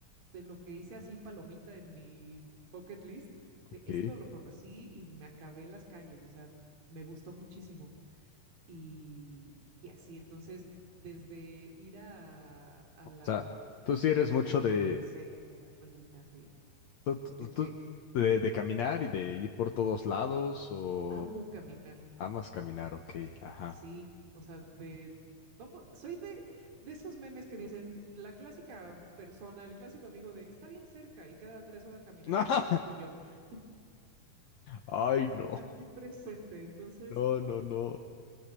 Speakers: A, on the right (about 85°); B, on the left (about 65°).
A: de lo que hice así palomita en mi bucket list,
B: ok.
A: de esto lo conocí y me acabé en las calles, o sea, me gustó muchísimo. Y, y así, entonces, desde ir a, a
B: O
A: las,
B: sea, tú sí eres mucho
A: pues sí,
B: de
A: al Coliseo, y las ruinas, y
B: ¿Tú-
A: de
B: tú-
A: que
B: de, de caminar y de ir por todos lados o
A: amo caminar,
B: amas caminar? Ok, ajá.
A: sí, o sea, de... Vamos, soy de, de esos memes que dicen la clásica persona, el clásico amigo de está bien cerca y cada tres horas caminando,
B: <laughs>
A: esa soy yo, <laughs>
B: Ay, no,
A: aquí presente. Entonces,
B: no, no, no.